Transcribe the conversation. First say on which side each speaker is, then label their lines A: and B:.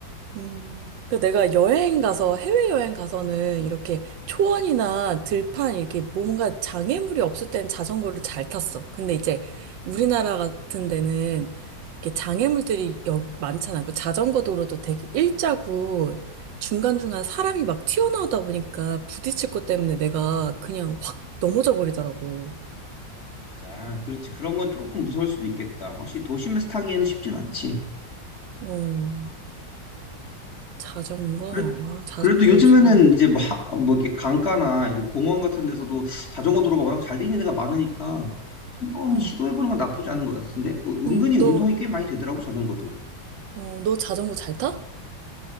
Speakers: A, on the right; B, on the left.
A: 음, 그 내가 여행 가서, 해외여행 가서는 이렇게 초원이나 들판, 이렇게 뭔가 장애물이 없을 땐 자전거를 잘 탔어. 근데 이제 우리나라 같은 데는 이렇게 장애물들이 여, 많잖아. 그 자전거 도로도 되게 일자고 중간중간 사람이 막 튀어나오다 보니까 부딪힐 것 때문에 내가 그냥 확 넘어져 버리더라고.
B: 맞아. 그렇지. 그런 건 조금 무서울 수도 있겠다. 확실히 도심에서 타기에는 쉽진 않지.
A: 어, 자전거?
B: 그래,
A: 아, 자전거도
B: 그래도 요즘에는
A: 좋은.
B: 이제 뭐, 하- 뭐 이렇게 강가나 이렇게 공원 같은 데서도 자전거 도로가 워낙 잘 돼 있는 데가 많으니까 한번
A: 음,
B: 시도해보는 건 나쁘지 않은 것 같은데 어,
A: 음,
B: 은근히 운동이
A: 너,
B: 꽤 많이 되더라고 자전거도.
A: 어, 너 자전거 잘 타?